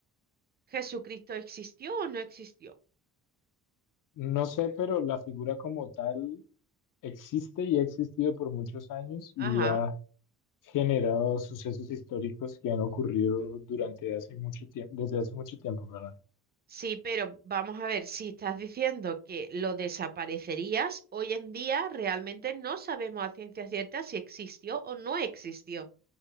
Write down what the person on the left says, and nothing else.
No sé, pero la figura como tal existe y ha existido por muchos años y
ha generado sucesos históricos que han ocurrido durante hace mucho tiempo, desde hace mucho tiempo, perdón.